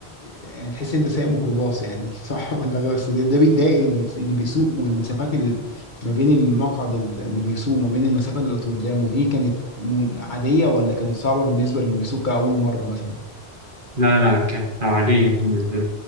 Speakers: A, on the left (about 50°); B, on the right (about 50°).
A: يعني تحس أنت سايق ميكروباص يعني صح <laughs> ولا غير بس ده, ده بيتضايق اللي بيس- اللي بيسوق والمسافات اللي ما بين المقعد ال- اللي بيسوق وما بين المسافة اللي قدامه دي كانت من- عادية ولا كانت صعبة بالنسبة للي بيسوق كأول مرة مثلا؟
B: لا لا كانت عادية بالنسبة له